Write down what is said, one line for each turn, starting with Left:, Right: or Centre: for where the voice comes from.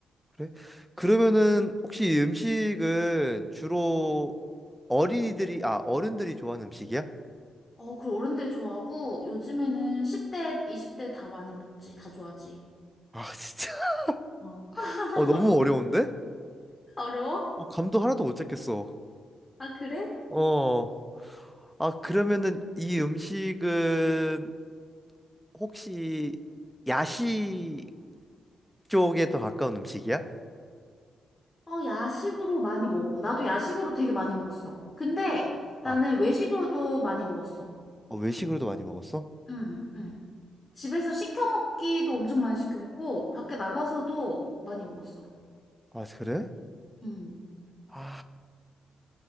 Centre: 그래? 그러면은, 혹시 이 음식은 주로
Left: 어,
Centre: 어린이들이, 아, 어른들이 좋아하는 음식이야?
Left: 어, 그리고 어른들 좋아하고 요즘에는 10대, 20대 다 많이 먹지. 다 좋아하지.
Centre: 아, 진짜.
Left: 어. <laughs>
Centre: <laughs> 어, 너무 어려운데?
Left: 어려워?
Centre: 어, 감도 하나도 못 잡겠어.
Left: 아, 그래?
Centre: 어, 아, 그러면은 이 음식은 혹시 야식 쪽에 더 가까운 음식이야?
Left: 어, 야식으로 많이 먹어. 나도 야식으로 되게 많이 먹었어. 근데
Centre: 아.
Left: 나는 외식으로도 많이 먹었어.
Centre: 어, 외식으로도 많이 먹었어?
Left: 응, 응. 집에서 시켜 먹기도 엄청 많이 시켜 먹고, 밖에 나가서도 많이 먹었어.
Centre: 아, 그래?
Left: 응.
Centre: 아.